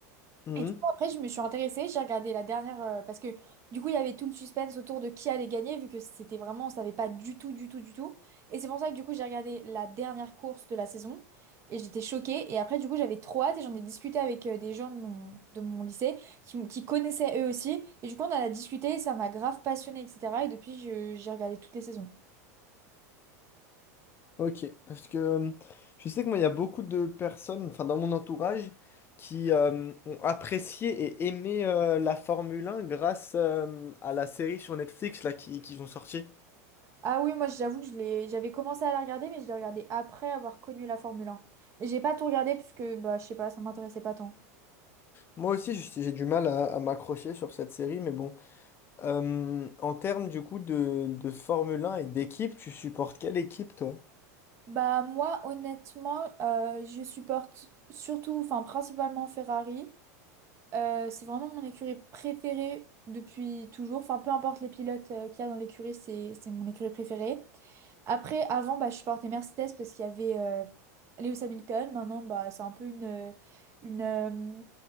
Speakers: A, on the left; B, on the right.
A: mhm.
B: Et du coup, après, je me suis intéressée, j'ai regardé la dernière, euh, parce que du coup, il y avait tout le suspense autour de qui allait gagner, vu que c'était vraiment, on savait pas du tout, du tout, du tout. Et c'est pour ça que du coup, j'ai regardé la dernière course de la saison, et j'étais choquée. Et après, du coup, j'avais trop hâte, et j'en ai discuté avec euh, des gens de mon, de mon lycée, qui, m- qui connaissaient eux aussi. Et du coup, on en a discuté, et ça m'a grave passionnée, etc. Et depuis, je- j'ai regardé toutes les saisons.
A: Ok. Parce que euh, je sais que moi, il y a beaucoup de personnes, enfin dans mon entourage, qui euh, ont apprécié et aimé euh, la Formule 1 grâce euh, à la série sur Netflix là qui, qu'ils ont sorti.
B: Ah oui, moi, j'avoue que je l'ai, j'avais commencé à la regarder, mais je l'ai regardée après avoir connu la Formule 1. Mais j'ai pas tout regardé, parce que, bah, je sais pas, ça m'intéressait pas tant.
A: Moi aussi, je- j'ai du mal à, à m'accrocher sur cette série, mais bon. Euh, en termes du coup de, de Formule 1 et d'équipe, tu supportes quelle équipe, toi?
B: Bah moi honnêtement euh, je supporte surtout enfin principalement Ferrari. Euh, c'est vraiment mon écurie préférée depuis toujours. Enfin peu importe les pilotes euh, qu'il y a dans l'écurie, c'est c'est mon écurie préférée. Après avant bah je supportais Mercedes parce qu'il y avait euh, Lewis Hamilton. Maintenant bah c'est un peu une une euh,